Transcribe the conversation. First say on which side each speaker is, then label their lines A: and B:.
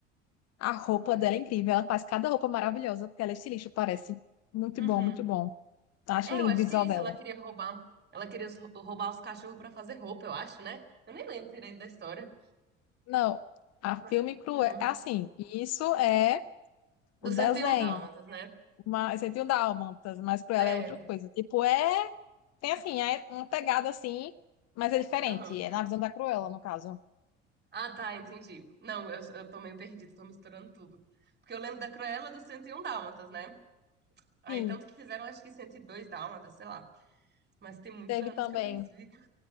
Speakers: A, on the left; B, on the right.
A: a roupa dela é incrível. Ela faz cada roupa maravilhosa, porque ela é estilista, parece. Muito
B: Uhum.
A: bom, muito bom. Acho
B: É,
A: lindo
B: eu acho
A: o visual
B: que é isso.
A: dela.
B: Ela queria roubar. Ela queria os- roubar os cachorros pra fazer roupa, eu acho, né? Eu nem lembro direito da história.
A: Não, a
B: Ma-
A: filme cruel.
B: Não.
A: É é assim, isso é o
B: Do
A: desenho.
B: cento e um Dálmatas, né?
A: Mas você tem o Dálmatas, mas cruel
B: É.
A: é outra coisa. Tipo, é. Tem assim, é uma pegada assim, mas é diferente.
B: Aham.
A: É na visão da Cruella, no caso.
B: Ah, tá, entendi. Não, eu, eu tô meio perdida, tô misturando tudo. Porque eu lembro da Cruella do cento e um Dálmatas, né? Aí
A: Sim,
B: tanto que fizeram, acho que cento e dois Dálmatas, sei lá. Mas tem muitos
A: teve
B: anos
A: também.
B: que eu vi isso. Vi,